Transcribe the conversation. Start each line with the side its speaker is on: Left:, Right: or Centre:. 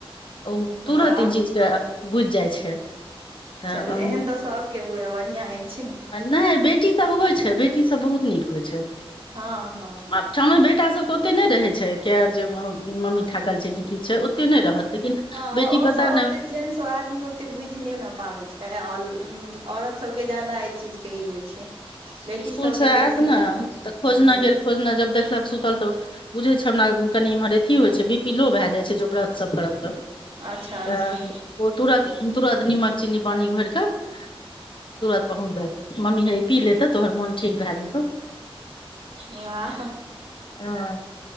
Left: ओ तुरत
Right: वाह
Left: ई चीजके बुझि जाइ छै तऽ
Right: चलू
Left: <unintelligible>
Right: एहन तऽ सभके हुए बढ़िआँ अछि
Left: नहि बेटीसभ होइ छै बेटीसभ बहुत नीक होइ छै
Right: हँ हँ हँ
Left: आ ठामे बेटा सब के ओते नहि रहे छै के आर जे मम्मी थाकल छै की की छै ओते नहि रहत लेकिन
Right: हँ,
Left: बेटी
Right: ओ
Left: पता
Right: सभ ओते जेन सँ आदमी ओते बुझि नहि न पाबै छै। औरत सभके एहि चीजक जादा असर होइ छै। बेटी
Left: स्कूलसँ
Right: सबके
Left: आयत
Right: बेसी
Left: ने,
Right: रहल
Left: तऽ खोजऽ
Right: ह
Left: गेल। खोजऽ-खोजऽ जखन देखलक, तऽ सुतल छल। बुझै छै हमरा कनि इम्हर अथी होइ छै विपीलो भए जाइ छै जो व्रत सब करब तऽ
Right: अच्छा अच्छा
Left: तऽ ओ तुरत तुरत नीमक चीन्नी पानि घोरि कऽ तुरत पहुंच जायत मम्मी हे ई पी ले त मोन ठीक भऽ जेतौ
Right: वाह
Left: ह।